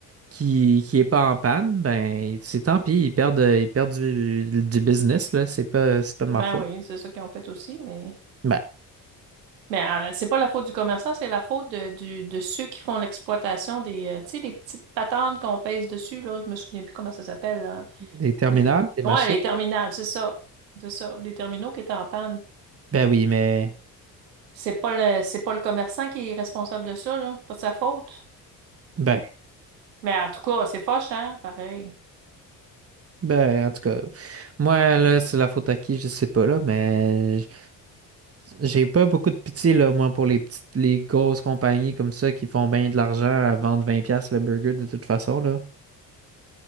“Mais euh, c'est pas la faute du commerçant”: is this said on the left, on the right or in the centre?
Right